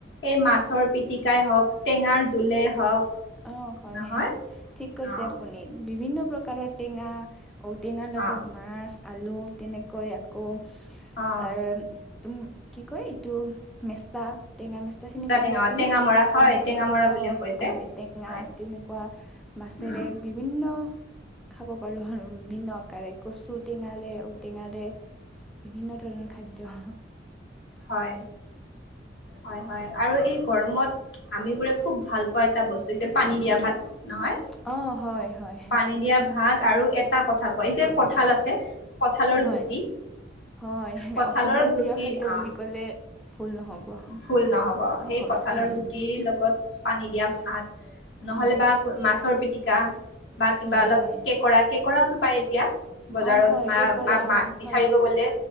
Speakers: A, on the left; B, in the centre.
A: এই মাছৰ পিটিকাই হওক, টেঙাৰ জোলেই হওক।
B: অঁ হয়।
A: নহয়
B: ঠিক কৈছে
A: অ
B: আপুনি। বিভিন্ন প্ৰকাৰৰ টেঙা ঔটেঙাৰ লগত
A: অ
B: মাছ, আলু তেনেকৈ আকৌ
A: অ
B: আহ তুম কি কয় ইটো? মেচ তা। টেঙা মেষ্টা চিনি পাই
A: টেঙা
B: নে আপুনি?
A: টেঙামৰা হয়
B: অ',
A: টেঙামৰা
B: অ',
A: বুলিও কয় যে
B: অ'। টেঙ এয়া,
A: হয়
B: তেনেকুৱা মাছেৰে
A: উম
B: বিভিন্ন খাব পাৰোঁ আৰু বিন্ন আকাৰে কচু টেঙাৰে, ঔ-টেঙাৰে বিভিন্ন ধৰণৰ খাদ্য
A: হয়। হয়, হয়। আৰু এই গৰমত আমিবোৰে খুব ভাল পোৱা এটা বস্তু হৈছে পানী দিয়া ভাত। নহয়?
B: অ', হয়, হয়,
A: পানী দিয়া ভাত আৰু এটা কথা কয় যে কঠাল আছে। কঁঠালৰ
B: হয়,
A: গুটি
B: হয়।
A: কঁঠালৰ
B: অসমৰ
A: গুটি
B: প্ৰিয় খাদ্য
A: অ
B: বুলি ক'লে ভুল নহ'ব।
A: ভুল নহ'ব। সেই
B: অসমীয়া
A: কঁঠালৰ
B: উম,
A: গুটিৰ লগত পানী দিয়া ভাত। নহ'লে
B: উম,
A: বা মাছৰ পিতিকা বা কিবা
B: উম,
A: অলপ
B: হয়।
A: কেকৰা কেকৰাওটো পায় এতিয়া? বজাৰত
B: অ', হয়,
A: মাঅ'
B: কেঁকোৰা
A: বা বিচাৰিব
B: হয়,
A: গ'লে